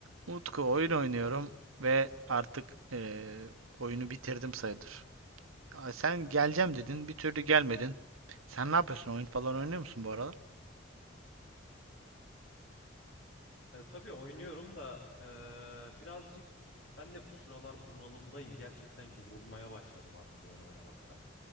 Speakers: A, on the right; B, on the left.
A: Utku oyun oynuyorum ve artık eee, oyunu bitirdim sayılır. Aa, Sen geleceğim dedin, bir türlü gelmedin. Sen ne yapıyorsun? Oyun falan oynuyor musun bu aralar?
B: E, tabii oynuyorum da e, birazcık ben de bu sıralar bunalımdayım. Gerçekten yorulmaya başladım artık oyun oynamaktan.